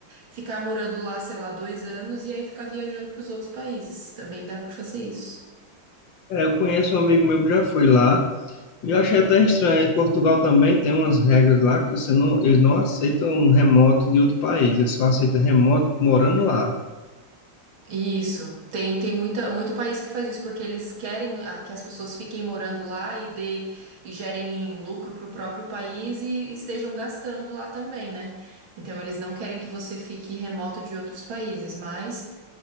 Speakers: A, on the right; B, on the left.
A: ficar morando lá, sei lá, dois anos e aí ficar viajando para os outros países. Também dá para fazer isso.
B: É, eu conheço um amigo meu que já foi lá, E eu achei até estranho. em Portugal também tem umas regras lá que você não, eles não aceitam um remoto de outro país, eles só aceitam remoto morando lá.
A: Isso. Tem, tem muita, muito país que faz isso, porque eles querem ah, que as pessoas fiquem morando lá e dê, e gerem lucro para o próprio país e estejam gastando lá também, né? Então eles não querem que você fique remoto de outros países, mas